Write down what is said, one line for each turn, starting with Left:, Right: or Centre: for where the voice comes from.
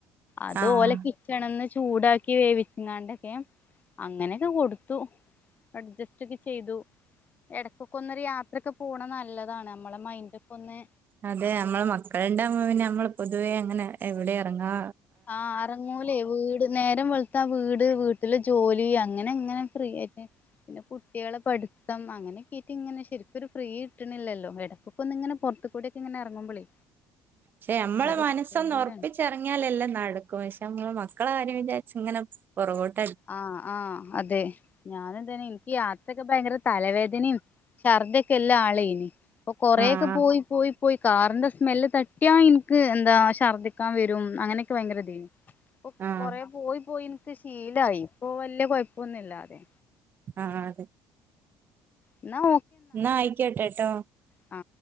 Left: അത്പലെ
Right: ആഹ്
Left: കിച്ചണ ചൂടാക്കി വേവിച്ചാണ്ടൊക്കെ അങ്ങനെയൊക്കെ കൊടുത്തു അഡ്ജസ്റ്റ് ചെയ്തു ഇടക്കൊക്കെ ഒന്നൊരു യാത്രൊക്കെ പോകണ നല്ലതാണ് നമ്മളെ മൈന്ഡ ഒക്കെ ഒന്ന്
Right: അതെ നമ്മള മക്കളുണ്ടമ്മ പിന്നെ നമ്മൾ പൊതുവേ അങ്ങനെ എവിടെ ഇറങ്ങാ
Left: ആഹ് അറങ്ങൂലേ വീട് നേരം വള വീട് വീട്ടില് ജോലി അങ്ങനെ എങ്ങനെ ഫീയിട്ട് പിന്നെ കുട്ടികളെ പഠിത്തം അങ്ങനെൊക്കെയിട്ട് ഇങ്ങനെ ശരിക്കുംൊരു ഫ്രീ കിട്ടണില്ലല്ലോ എടപ്പൊക്കെ ഒന്ന ഇങ്ങനെറ മത്ത കൂടി ഒക്കെ ഇങ്ങെനെ ഇറങ്ങുമ്പോളേ
Right: പക്ഷെ നമ്മളെ
Left: ഒരു
Right: മനസ്സൊന്ന്
Left: എൻജോയ്മെന്റ്
Right: ഉറപ്പിച്ചിറങ്ങിയാലല്ലേ
Left: ആണ്
Right: നടക്കും പക്ഷെ നമ്മൾ മക്കളെ കാര്യ വിചാരിച്ച് ഇങ്ങനെ പുറകോട്ട്
Left: ആഹ ആഹ അതെ ഞാനും എനിക്ക് യാത്രൊക്കെ ഭയങ്കര തലവേദനയും ശർദ്ദൊക്കെ ഉള്ള ആളായി ന് അപ്പൊ കൊറേയൊക്കെ
Right: ആഹ്
Left: പോയി പോയി പോയി കാറിന്റെ സ്മെല്ല് തട്ടിയാ എനിക്ക് എന്താ ഛർദ്ദിക്കാൻ വരും അങ്ങനെയൊക്കെ ഭയങ്കരതാണ് ഇപ്പൊ
Right: ആഹ്
Left: കൊറ പോയി പോയി എനിക്ക് ശീലമായി ഇപ്പൊ വല്യ കൊഴപ്പൊന്നുമില്ലാതെ
Right: ആഹ് അതെ
Left: എന്നാ
Right: എന്നാ ആയിക്കോട്ടെട്ടോ
Left: ആ